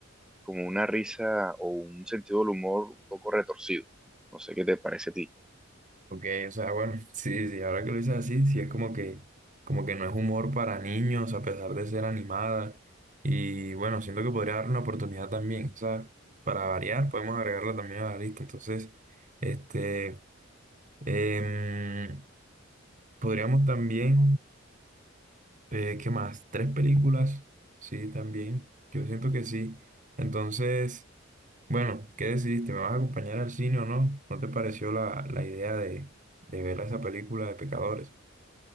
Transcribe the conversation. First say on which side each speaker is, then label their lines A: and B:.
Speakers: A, in the centre; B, on the right.
A: como una risa o un sentido del humor un poco retorcido. No sé qué te parece a ti.
B: Ok, o sea, bueno, <laughs> sí, sí, ahora que lo dices así, sí es como que, como que no es humor para niños a pesar de ser animada y bueno, siento que podría dar una oportunidad también, o sea, para variar podemos agregarla también a la lista, entonces, este... Em, Podríamos también, eh, ¿qué más? ¿Tres películas? Sí, también. Yo siento que sí. Entonces, bueno, ¿qué decidiste? ¿Me vas a acompañar al cine o no? ¿No te pareció la, la idea de, de ver esa película de Pecadores?